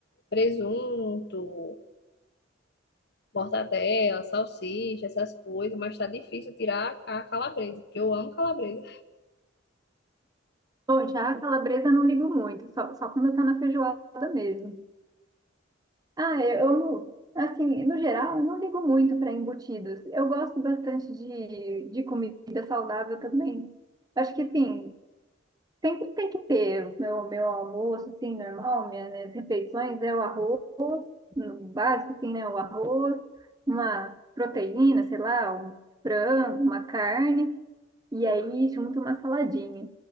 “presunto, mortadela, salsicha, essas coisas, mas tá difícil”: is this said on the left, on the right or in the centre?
Left